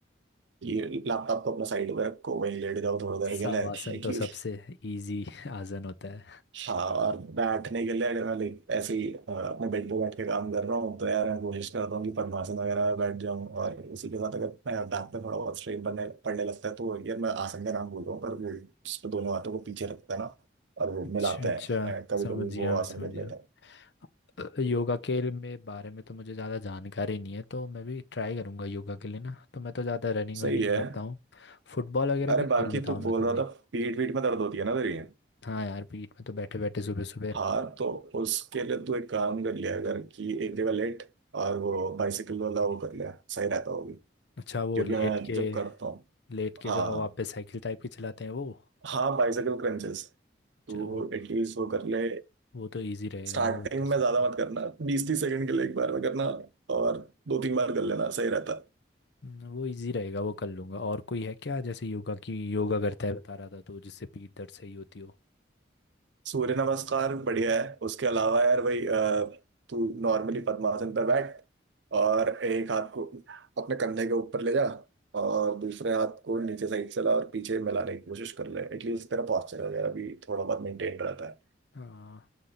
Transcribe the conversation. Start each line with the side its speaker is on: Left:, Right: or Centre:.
Right: ये लैपटॉप तो अपना साइड में रखो वहीं लेट जाओ थोड़ी देर
Left: शवासन
Right: के लिए एटलीस्ट
Left: तो सबसे इजी आसन होता है
Right: हाँ और बैठने के लिए अगर मैं लाइक ऐसे ही अ, अपने बेड पे बैठ के काम कर रहा हूँ तो यार मैं कोशिश करता हूँ कि पद्मासन वगैरह में बैठ जाऊँ और उसी के साथ अगर मैं बैक पे थोड़ा बहुत स्ट्रेन बनने पड़ने लगता है तो यार मैं आसन का नाम बोल रहा हूँ पर वो जिसपे दोनों हाथों को पीछे रखता है ना और
Left: <laughs>
Right: वो मिलाते
Left: अच्छा अच्छा
Right: हैं कभी
Left: समझ
Right: कभी
Left: गया
Right: वो
Left: मैं
Right: आसन
Left: समझ
Right: कर
Left: गया
Right: लेते हैं
Left: अ, योगा के में बारे में तो मुझे ज़्यादा जानकारी नहीं है तो मैं भी ट्राई करूँगा योगा के लिए ना तो मैं तो ज़्यादा रनिंग
Right: सही
Left: वनिंग
Right: है
Left: करता हूँ फुटबॉल वगैरह
Right: अरे
Left: भी खेल
Right: बाकी
Left: लेता
Right: तू
Left: हूँ
Right: बोल
Left: मैं कभी
Right: रहा था पीठ पीठ में दर्द होती है ना तेरी
Left: हाँ यार पीठ में तो बैठे बैठे सुबह सुबह
Right: हाँ तो उसके लिए तू एक काम कर लिया अगर कि एक जगह लेट और वो बाइसाइकिल वाला वो कर लिया सही रहता होगी
Left: अच्छा
Right: क्योंकि
Left: वो लेट
Right: मैं
Left: के
Right: जब करता हूँ
Left: लेट के
Right: हाँ
Left: जो हवा पे साइकिल टाइप की चलाते हैं वो
Right: हाँ बाइसाइकिल क्रंचेस तो
Left: चलो वो
Right: एटलीस्ट वो कर ले
Left: वो तो इजी रहेगा
Right: स्टार्टिंग
Left: हाँ वो कर सकते
Right: में ज्यादा
Left: हैं
Right: मत करना बीस तीस सेकंड के लिए एक बार में करना और दो तीन बार कर लेना सही रहता
Left: हम्म, वो इजी रहेगा वो कर लूँगा और कोई है क्या जैसे योगा की योगा करता है बता रहा था तो जिससे पीठ दर्द सही होती हो
Right: सूर्य नमस्कार बढ़िया है उसके अलावा यार भाई अ, तू नॉर्मली पद्मासन पर बैठ और एक हाथ को अपने कंधे के ऊपर ले जा और दूसरे हाथ को नीचे साइड से ला और पीछे मिलाने की कोशिश कर ले एटलीस्ट तेरा पॉस्चर वगैरह भी थोड़ा बहुत मेंटेन रहता है
Left: हाँ